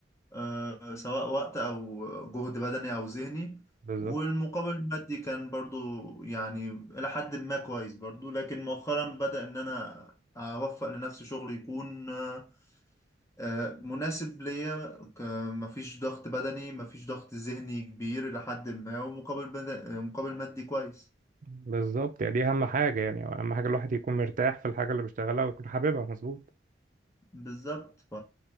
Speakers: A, on the left; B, on the right.
A: آه، سواء وقت أو جهد بدني أو ذهني
B: بالظبط
A: والمقابل المادي كان برضو يعني إلى حد ما كويس برضو لكن مؤخرا بدأ إن أنا أوفق لنفسي شغل يكون آه، آه، مناسب ليا ك- مفيش ضغط بدني مفيش ضغط ذهني كبير إلى حد ما ومقابل بد- آه، مقابل مادي كويس
B: بالظبط يعني دي اهم حاجه يعني اهم حاجه الواحد يكون مرتاح في الحاجه اللي بيشتغلها ويكون حاببها مظبوط
A: بالظبط ف